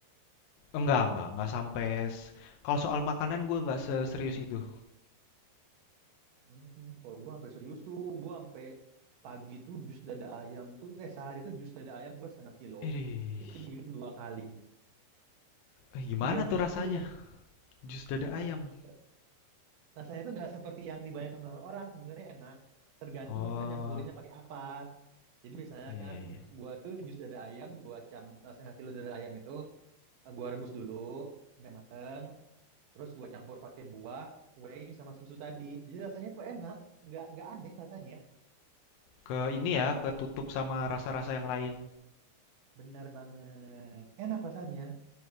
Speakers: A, on the left; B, on the right.
A: Enggak enggak enggak sampai. s- Kalau soal makanan gue nggak seserius itu.
B: hmm, kalau gua sampai serius tuh gua sampai pagi tuh jus dada ayam tuh eh sehari tuh jus dada ayam gua setengah kilo
A: Ih,
B: itu diminum dua kali
A: eh, gimana
B: tuh gua
A: tuh
B: jus
A: rasanya?
B: tuh
A: Jus dada ayam.
B: r- rasanya tuh nggak seperti yang dibayangkan orang-orang sebenarnya enak tergantung
A: Oh,
B: kita nyampurinnya pakai apa Jadi misalnya
A: iya iya
B: kan
A: iya.
B: gua tuh jus dada ayam, gua cam eh, setengah kilo dada ayam itu eh, gua rebus dulu sampai mateng, terus gua campur pakai buah, whey sama susu tadi. Jadi rasanya tuh enak, nggak nggak aneh rasanya.
A: Ke ini ya, ketutup sama rasa-rasa yang lain.
B: Bener banget, enak rasanya.